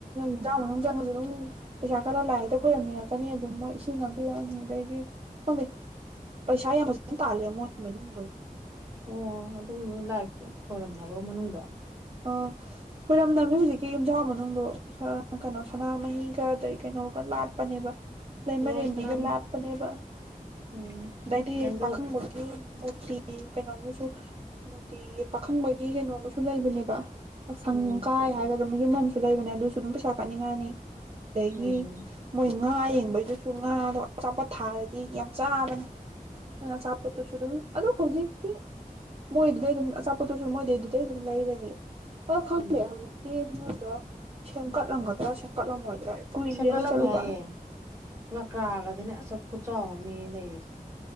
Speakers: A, on the right; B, on the right.
A: <unintelligible> ꯆꯪꯉꯁꯨ ꯑꯗꯨꯝ ꯄꯩꯁꯥ ꯈꯔ ꯂꯥꯏ ꯍꯦꯛꯇ ꯈꯣꯏꯔꯝꯅꯤꯡꯉꯛꯀꯅꯤ ꯑꯗꯨꯝ ꯃꯣꯏ ꯏꯁꯤꯡ ꯄꯤꯔꯛꯑꯅꯤ ꯑꯗꯩꯗꯤ ꯈꯪꯗꯦ ꯄꯩꯁꯥ ꯌꯥꯝ ꯐꯖꯅ ꯇꯥꯜꯂꯦ ꯃꯣꯏ ꯃꯅꯨꯡꯗ
B: ꯑꯣ ꯑꯗꯨꯝ ꯂꯥꯏ ꯈꯣꯏꯔꯝꯅꯕ꯭ꯔꯣ ꯃꯅꯨꯡꯗꯣ
A: ꯑꯥ ꯈꯣꯏꯔꯝꯗꯝꯅꯦ ꯍꯧꯖꯤꯛꯀꯤ ꯌꯨꯝꯖꯥꯎ ꯃꯅꯨꯡꯗꯣ ꯁ ꯀꯩꯅꯣ ꯁꯅꯥꯃꯍꯤꯒ ꯑꯗꯩ ꯀꯩꯅꯣꯒ ꯂꯥꯠꯄꯅꯦꯕ ꯂꯩꯃꯔꯦꯟꯕꯤꯒ
B: ꯑꯣ ꯁꯅꯥꯃꯍꯤ
A: ꯂꯥꯠꯄꯅꯦꯕ
B: ꯎꯝ
A: ꯑꯗꯩꯏꯗꯤ
B: ꯂꯥꯏꯙꯧ
A: ꯄꯥꯈꯪꯕꯒꯤ ꯃꯨꯔꯇꯤ ꯀꯩꯅꯣ ꯑꯃꯁꯨ ꯃꯨꯔꯇꯤ ꯄꯥꯈꯪꯕꯒꯤ ꯀꯩꯅꯣ ꯑꯃꯁꯨ ꯁꯨ ꯂꯩꯕꯅꯦꯕ ꯁꯪꯒꯥꯏ
B: ꯎꯝ
A: ꯍꯥꯏꯒꯗ꯭ꯔ ꯃꯌꯨꯝ ꯑꯝ ꯂꯩꯕꯅꯦ ꯑꯗꯨꯁꯨ ꯑꯗꯨꯝ ꯄꯩꯁꯥ ꯀꯥꯅꯤꯡꯉꯥꯏꯅꯤ ꯂꯩꯒꯤ
B: ꯎꯝ
A: ꯃꯣꯏ ꯉꯥ ꯌꯦꯡꯕꯩꯗꯨꯁꯨ ꯉꯥꯗꯣ ꯑꯆꯥꯄꯣꯠ ꯊꯥꯔꯗꯤ ꯌꯥꯝ ꯆꯥꯕꯅꯤ ꯑꯗꯨ ꯑꯆꯥꯄꯣꯠꯇꯨꯁꯨ ꯑꯗꯨꯝ ꯑꯗꯣ ꯍꯧꯖꯤꯛꯇꯤ ꯃꯣꯏꯗꯨꯗꯩ ꯑꯗꯨꯝ ꯑꯆꯥꯄꯣꯠꯇꯨꯁꯨ ꯃꯣꯏꯗꯩ ꯂꯥꯏꯅꯦꯅꯤ ꯄꯥꯎ ꯈꯪꯗꯦ
B: ꯎꯝ
A: ꯍꯧꯖꯤꯛꯇꯤ ꯏꯃꯨꯗꯣꯥꯥꯥꯥ ꯁꯦꯝꯀꯠꯂꯝꯒꯗ꯭ꯔ ꯁꯦꯝꯀꯠꯂꯝꯃꯣꯏꯗ꯭ꯔꯥ ꯀꯨꯏꯔꯦꯅ
B: ꯁꯦꯝꯒꯠꯂꯝꯃꯦ
A: ꯆꯠꯂꯨꯕ
B: ꯍꯥꯏꯌꯦ ꯉꯀ꯭ꯔꯥꯒꯁꯤꯅ ꯑꯁ ꯈꯨꯠꯆꯥꯎꯑꯝꯅꯦꯌꯦ ꯂꯩꯔꯤꯁꯦ